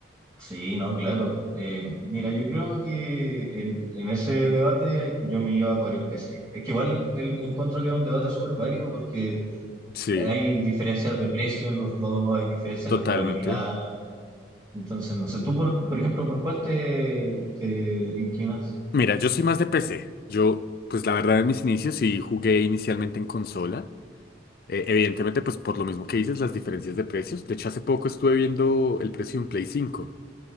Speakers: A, on the right (about 20°); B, on the left (about 50°).
A: Sí, no, claro. Eh, mira, yo creo que en, en ese debate yo me iba por el PC. Es que igual el, encuentro que era un debate súper válido porque
B: Sí,
A: hay diferencias de precio en los dos, hay diferencias
B: totalmente.
A: de jugabilidad. Entonces, no sé, tú, por, por ejemplo, ¿por cuál te, te inclinas?
B: Mira, yo soy más de PC. Yo, pues la verdad, en mis inicios sí jugué inicialmente en consola. Eh, evidentemente, pues por lo mismo que dices, las diferencias de precios. De hecho, hace poco estuve viendo el precio de un Play cinco.